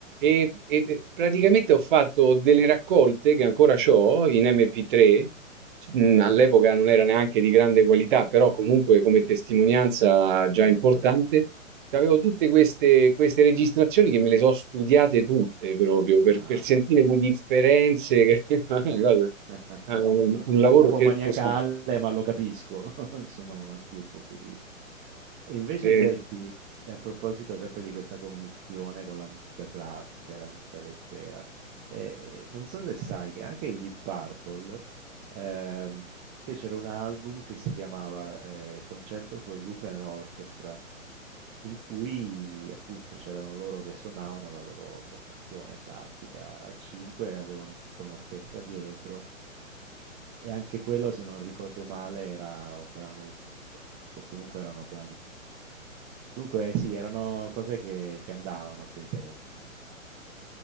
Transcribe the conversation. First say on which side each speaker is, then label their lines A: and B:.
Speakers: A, on the right (about 40°); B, on the right (about 20°).
A: E, e- e praticamente ho fatto delle raccolte che ancora ho in MP3. mm, All'epoca non era neanche di grande qualità, però comunque come testimonianza già
B: certo,
A: importante. Avevo tutte queste, queste registrazioni che me le so studiate tutte proprio per,
B: ma
A: per sentire
B: che meraviglia.
A: le differenze. Che <laughs> è una cosa,
B: <laughs>
A: è un,
B: Un
A: un lavoro
B: po', un po'
A: certosino.
B: maniacale, ma lo capisco, <laughs> sono anch'io un po' così. E invece
A: Sì, Eh,
B: senti, a proposito sempre di questa commistione con la musica classica e la musica leggera, eh, non so se sai che anche i Deep Purple ehm, fecero un album che si chiamava eh, Concerto for Group and Orchestra, in cui appunto c'erano loro che suonavano la loro formazione classica a 5, avevano tutta un'orchestra dietro eh, e anche quello, se non ricordo male, era un brano unico o comunque erano brani molto lunghi. Comunque sì, erano cose che, che andavano a quei tempi,